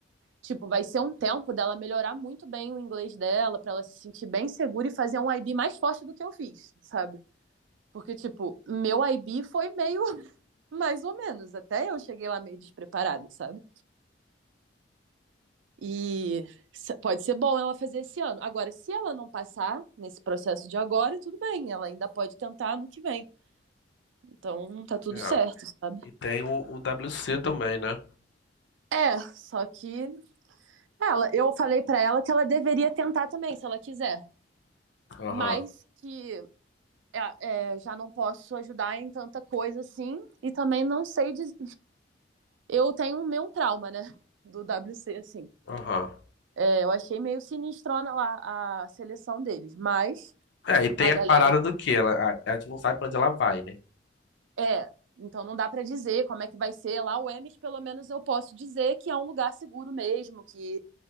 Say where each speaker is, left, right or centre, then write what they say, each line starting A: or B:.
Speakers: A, on the right (about 85°); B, on the left (about 65°).
A: Tipo, vai ser um tempo dela melhorar muito bem o inglês dela, para ela se sentir bem segura e fazer um IB mais forte do que eu fiz, sabe? Porque, tipo, meu IB foi meio <laughs> mais ou menos. Até eu cheguei lá meio despreparada, sabe? E pode ser bom ela fazer esse ano. Agora, se ela não passar nesse processo de agora, tudo bem, ela ainda pode tentar no que vem. Então, tá tudo
B: É.
A: certo, sabe?
B: E tem o, o WC também, né?
A: É, só que ela, eu falei para ela que ela deveria tentar também, se ela quiser,
B: Aham,
A: mas que é, é, já não posso ajudar em tanta coisa assim. E também não sei. Diz... Eu tenho o meu trauma, né? <laughs> Do WC, assim.
B: aham.
A: É, eu achei meio sinistrona lá a seleção deles, mas
B: É, e tem
A: a galera.
B: a parada do que ela, a, a gente não sabe pra onde ela vai, né?
A: É, então não dá para dizer como é que vai ser lá o Emes, pelo menos eu posso dizer que é um lugar seguro mesmo, que